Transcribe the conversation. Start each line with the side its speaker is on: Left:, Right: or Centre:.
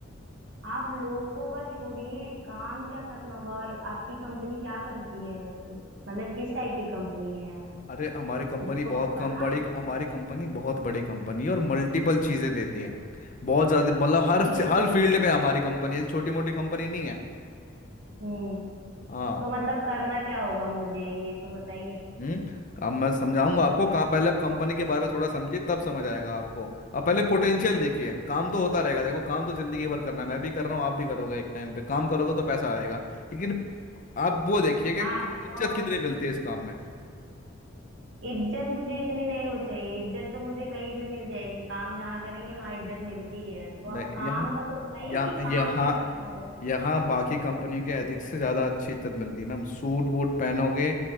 Right: आप लोगों का छोड़िए काम क्या करना होगा और आपकी कंपनी क्या करती है मतलब किस टाइप की कंपनी है
Left: अरे हमारी कंपनी
Right: कुछ तो
Left: बहुत
Right: होगा
Left: कम
Right: ना
Left: बड़ी हमारी कंपनी बहुत बड़ी कंपनी है और मल्टीपल चीजें देती है बहुत ज्यादा मतलब
Right: ठीक
Left: हर हर फील्ड में हमारी कंपनी है छोटी मोटी कंपनी नहीं है
Right: हम्म
Left: हाँ
Right: तो मतलब करना क्या होगा मुझे ये तो बताइए
Left: हम्म अब मैं समझाऊंगा आपको
Right: करना
Left: काम पहले आप कंपनी के बारे में थोड़ा समझिए तब समझ आएगा आपको अब पहले पोटेंशियल देखिए काम तो होता रहेगा देखो काम तो जिंदगी भर करना है मैं भी कर रहा हूँ आप भी करोगे एक टाइम पे काम करोगे तो पैसा आएगा लेकिन आप वो देखिए कि
Right: हाँ
Left: कितनी
Right: तो
Left: इज्जत कितनी मिलती है इस काम में
Right: इज्जत मुझे इतनी नहीं हो चाहिए इज्जत तो मुझे कहीं भी मिल जाएगी काम जहाँ करेंगे वहां इज्जत मिलती है तो आप
Left: नहीं
Right: काम
Left: यहाँ
Right: का तो बताइए
Left: यहाँ
Right: कि
Left: यहाँ
Right: काम क्या करना होगा
Left: यहाँ बाकी कंपनियों के एथिक्स से ज़्यादा अच्छी इज्जत मिलती है मैम सूट वूट पहनोगे